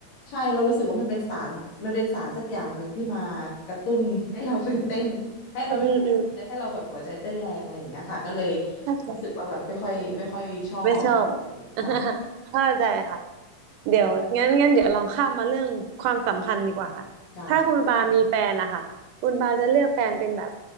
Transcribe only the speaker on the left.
ใช่เรารู้สึกว่ามันเป็นสารมันเป็นสารสักอย่างหนึ่งที่มากระตุ้นให้เราตื่นเต้นให้เออไม่ใช่ให้เราตื่นเต้นให้เราแบบหัวใจเต้นแรงอะไรอย่างเงี้ยค่ะก็เลย
รู้สึกว่าแบบไม่ค่อยไม่ค่อยชอบ
ได้ค่ะ
ได้